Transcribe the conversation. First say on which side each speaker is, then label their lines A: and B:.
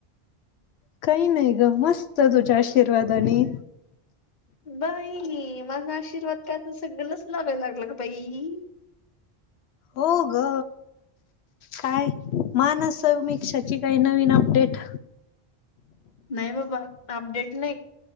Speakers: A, on the left; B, on the left.
A: काही नाही ग मस्त, तुझ्या आशीर्वादानी.
B: बाई माझा आशीर्वाद कायच सगलच लागाय लागलं बाई?
A: हो ग. काय मानस, समेक्षाची काही नवीन अपडेट?
B: नाही बाबा अपडेट नाही,